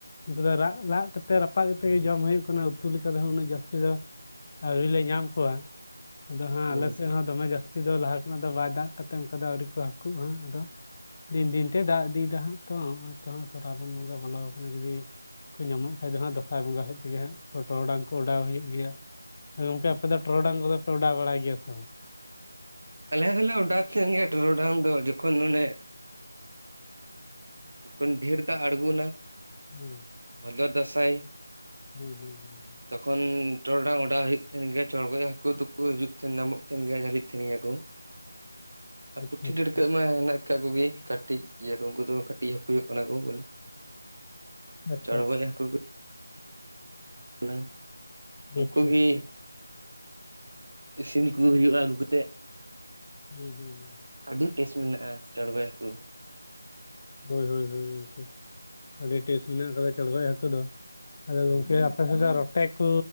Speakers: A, on the left; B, on the right.
A: ᱩᱱᱠᱩ ᱫᱚ ᱨᱟᱜ ᱞᱟᱜ ᱠᱟᱛᱮᱜ ᱨᱟᱯᱟᱜ ᱠᱟᱛᱮᱫ ᱜᱮ ᱡᱚᱢ ᱦᱩᱭᱩᱜ ᱠᱟᱱᱟ ᱾ ᱩᱛᱩ ᱞᱮᱠᱟ ᱞᱮᱠᱟᱛᱮ ᱩᱱᱟᱹᱜ ᱡᱟᱹᱥᱛᱤ ᱫᱚᱼᱼ ᱟᱹᱣᱨᱤ ᱞᱮ ᱧᱟᱢ ᱠᱚᱣᱟ ᱾ ᱟᱫᱚ ᱦᱟᱸᱜ
B: ᱦᱩᱸ
A: ᱟᱞᱮ ᱥᱮᱫ ᱦᱚᱸ ᱫᱚᱢᱮ ᱡᱟᱹᱥᱛᱤ ᱫᱚ ᱞᱟᱦᱟ ᱠᱷᱚᱱᱟᱜ ᱫᱚ ᱵᱟᱭ ᱫᱟᱜ ᱠᱟᱛᱮ ᱚᱱᱠᱟ ᱟᱹᱣᱨᱤ ᱠᱚ ᱦᱟᱹᱠᱩᱜ ᱦᱟᱸᱜ ᱾ ᱫᱤᱱ ᱫᱤᱱ ᱛᱮ ᱫᱟᱜ ᱤᱫᱤᱭᱮᱫᱟ ᱦᱟᱸᱜ ᱛᱚ ᱦᱟᱜ ᱥᱨᱟᱵᱚᱱ ᱵᱚᱸᱜᱟ ᱵᱚᱞᱚ ᱟᱠᱟᱱᱟ ᱡᱩᱫᱤᱼᱼ ᱠᱚ ᱧᱟᱢᱚᱜ ᱠᱷᱟᱡ ᱫᱚ ᱦᱟᱸᱜ ᱫᱟᱸᱥᱟᱭ ᱵᱚᱸᱜᱟ ᱥᱮᱫ ᱛᱮᱜᱮ ᱦᱟᱸᱜ, ᱴᱚᱨᱚᱰᱟᱝ ᱠᱚ ᱚᱰᱟᱣ ᱦᱩᱭᱩᱜ ᱜᱮᱭᱟ ᱾ ᱜᱚᱝᱠᱮ ᱟᱯᱮ ᱫᱚ ᱴᱚᱨᱚᱰᱟᱝ ᱠᱚᱫᱚ ᱯᱮ ᱚᱰᱟᱣ ᱵᱟᱲᱟᱭ ᱜᱮᱭᱟ ᱥᱮ ᱵᱟᱝ?
B: ᱟᱞᱮ ᱦᱚᱞᱮ ᱚᱰᱟᱣ ᱠᱷᱚᱱ ᱜᱮᱭᱟ ᱴᱚᱨᱚᱰᱟᱝ ᱫᱚ ᱡᱚᱠᱷᱚᱱ ᱚᱱᱮᱼᱼ ᱦᱟᱯᱮᱱ ᱰᱷᱮᱨ ᱫᱟᱜ ᱟᱬᱜᱚᱱᱟ ᱾
A: ᱦᱩᱸ ᱾
B: ᱵᱷᱚᱫᱚᱨ ᱫᱟᱸᱥᱟᱭ ᱾
A: ᱦᱩᱸ ᱦᱩᱸ ᱦᱩᱸ
B: ᱛᱚᱠᱷᱚᱱ ᱴᱚᱨᱰᱟᱝ ᱚᱰᱟᱹᱣ ᱦᱩᱭᱩᱜ ᱛᱟᱦᱮᱱ ᱜᱮᱭᱟ ᱪᱚᱲᱜᱚᱡ ᱦᱟᱹᱠᱩ ᱫᱚᱼᱼ ᱠᱚ ᱦᱤᱡᱩᱜ ᱛᱟᱦᱮᱱ ᱧᱟᱢᱚᱜ ᱛᱟᱦᱮ ᱜᱮᱭᱟ ᱡᱟᱹᱞᱤᱜ ᱛᱟᱦᱮᱱ ᱜᱮᱭᱟ ᱠᱚ ᱾ ᱟᱨ
A: ᱟᱪᱪᱷᱟ
B: ᱯᱩᱴᱷᱤ
A: ᱟᱪᱪᱷᱟ
B: ᱰᱟᱹᱲᱠᱟᱹᱜ ᱢᱟ ᱦᱮᱱᱟᱜ ᱟᱠᱟᱫ ᱠᱚᱜᱮ ᱠᱟᱹᱴᱤᱡ ᱜᱮᱭᱟ ᱠᱚ ᱩᱱᱠᱩ ᱫᱚ ᱠᱟᱹᱴᱤᱡ ᱦᱟᱹᱠᱩ ᱠᱟᱱᱟ ᱠᱚ ᱵᱚᱞᱮ ᱾
A: ᱟᱪᱪᱷᱟ
B: ᱪᱚᱲᱜᱚᱡ
A: ᱟᱪᱪᱷᱟ
B: ᱦᱟᱹᱠᱩ ᱾ <unintelligible> ᱩᱱᱠᱩ
A: ᱟᱪᱪᱷᱟ ᱟᱪᱪᱷᱟ
B: ᱜᱮ
A: ᱟᱪᱪᱷᱟ ᱾
B: ᱤᱥᱤᱱ ᱠᱚ ᱦᱩᱭᱩᱜᱼᱟ ᱟᱹᱜᱩ ᱠᱟᱛᱮᱫ ᱾
A: ᱦᱩᱸ ᱦᱩᱸ ᱦᱩᱸ ᱾
B: ᱟᱹᱰᱤ ᱴᱮᱥ ᱢᱮᱱᱟᱜᱼᱟ ᱪᱚᱲᱜᱚᱡ ᱦᱟᱹᱠᱩ ᱾
A: ᱦᱳᱭ ᱦᱳᱭ ᱦᱳᱭ ᱜᱚᱝᱠᱮ ᱾ ᱟᱹᱰᱤ ᱴᱮᱥᱴ ᱢᱮᱱᱟᱜ ᱟᱠᱟᱫᱟ ᱪᱚᱲᱜᱚᱡ ᱦᱟᱹᱠᱩ ᱫᱚ ᱾ ᱟᱫᱚ
B: ᱦᱩᱸ
A: ᱜᱚᱢᱠᱮ <unintelligible> ᱨᱚᱴᱮ ᱠᱚ